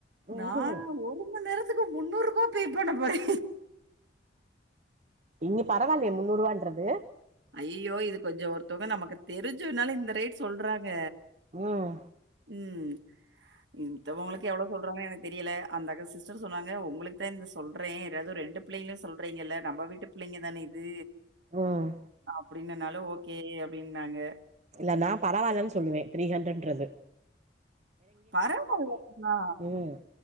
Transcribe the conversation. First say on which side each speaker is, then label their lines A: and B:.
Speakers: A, on the right; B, on the right.
A: நா
B: ம்ஹும்
A: ஒரு மண் நேரத்துக்கு முந்நூறுபா பே பண்ண போறே
B: இன்னி பரவால்யே முன்னூ ரூவான்றது
A: ஐய்யய்யோ இது கொஞ்சோ ஒருத்தவங்க நமக்கு தெரிஞ்சன்னால இந்த ரேட் சொல்றாங்க
B: ம்
A: ம் மித்தவங்களுக்கு எவ்வளவு சொல்றாங்க எனக்கு தெரியில அந்த க சிஸ்டர் சொன்னாங்க உங்களுக்கு தா இந்த சொல்றே ஏதாது ரெண்டு பிள்ளைங்ள சொல்றீங்கல்ல நம்ப வீட்டு பிள்ளைங்க தானே இது
B: ம்
A: அப்டின்னனால ஓகே அப்டின்னாங்க
B: இல்ல நா பரவால்லன் சொல்வே த்ரீ ஹண்ரட்ன்றது
A: பரவால்ல நா
B: ம்